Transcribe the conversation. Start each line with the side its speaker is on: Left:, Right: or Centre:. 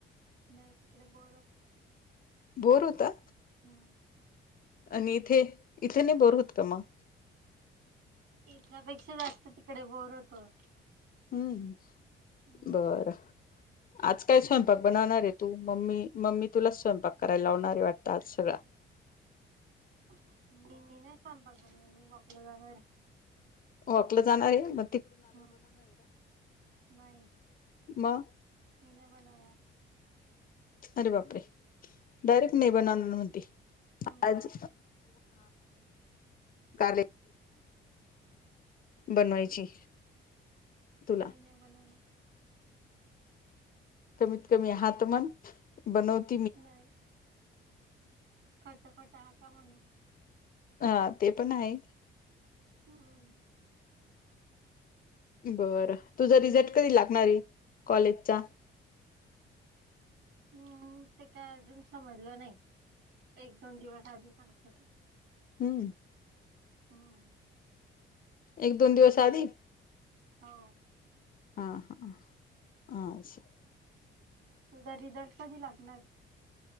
Right: नाइ तिकडे बोर होत
Left: बोर होता
Right: हम्म
Left: आणि इथे इथे नाही बोर होत का मग
Right: इथल्यापेक्षा जास्त तिकडे बोर होतो
Left: हम्म
Right: हम्म
Left: बरं आज काय स्वयंपाक बनवणार आहे तू मम्मी मम्मी तुलाच स्वयंपाक करायला लावणारे वाटतं आज सगळं <inaudible>
Right: मी मी नाही संपाक बनणार मी बकल जाणार
Left: वकलं जाणार आहे म
Right: हम नाही
Left: मग
Right: मी न बनवणार
Left: अरे बापरे डायरेक्ट ने बनणार होती
Right: हम्म
Left: आज का बनवायची तुला
Right: मी नाही बनवला
Left: कमीत कमी हात मण बनवत
Right: नाहीय खर्च खट हा का म्हणून
Left: ह ते पण आहे
Right: हम्म
Left: बरं तुझं रिझल्ट कधी लागणार आहे कॉलेजचा
Right: हम्म ते काय अजून समजलं नाइ एक दोन दिवस आधी सांगत ते
Left: हम्म
Right: हम्म
Left: एक दोन दिवस आधी
Right: हो
Left: ह हा अछ
Right: तुझा रिझल्ट कधी लागणार